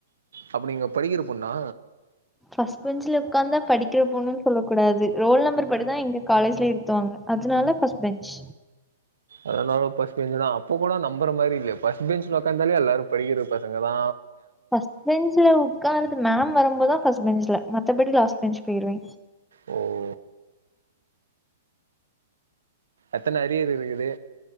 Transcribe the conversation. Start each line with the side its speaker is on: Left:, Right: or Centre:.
Right: அப்ப நீங்க படிக்கிறப் பொண்ணா
Centre: ஃபர்ஸ்ட் பெஞ்ச்ல உக்காந்தா படிக்கிற பொண்ணுண்ணு சொல்லக் கூடாது ரோல் நம்பர் படிதா எங்க காலேஜ்ல இருத்துவாங்க அதனால ஃபர்ஸ்ட் பெஞ்ச்
Right: அதனால ஃபர்ஸ்ட் பெஞ்ச்சுனா அப்ப கூட நம்பற மாரி இல்லையே ஃபர்ஸ்ட் பெஞ்ச்ல உக்காந்தாலே எல்லாரு படிக்கிற பசங்க தா
Centre: ஃபர்ஸ்ட் பெஞ்ச்ல உக்காரது மேம் வரும்போது தா ஃபர்ஸ்ட் பெஞ்ச்ல மத்தபடி லாஸ்ட் பெஞ்ச் போயிருவே
Right: ஓ எத்தன அரியர் இருக்குது